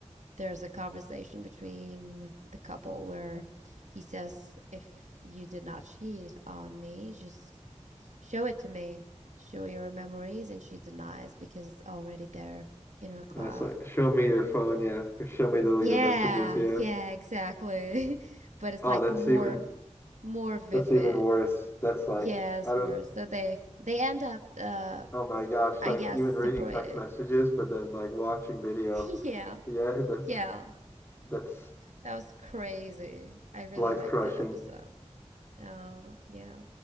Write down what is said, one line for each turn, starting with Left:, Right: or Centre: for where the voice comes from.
Right: there's a conversation between the couple where he says, "If you did not cheat on me, just." Show it to me. Show your memories, and she denies because it's already there in her cloud.
Left: That's like, show me your phone, yeah, or show me deleted
Right: Yeah,
Left: messages, yeah.
Right: yeah, exactly. <laughs> But it's
Left: Oh,
Right: like
Left: that's
Right: more
Left: even
Right: more vivid.
Left: that's even worse. That's like,
Right: Yes,
Left: I don't,
Right: worse. So they they end up uh
Left: oh my gosh,
Right: I
Left: like
Right: guess
Left: even
Right: separating.
Left: reading text messages, but then like watching video.
Right: <laughs> Yeah.
Left: Yeah, that's
Right: Yeah.
Left: that's
Right: That was crazy. I really
Left: life
Right: liked
Left: crushing.
Right: that episode. Uh yeah.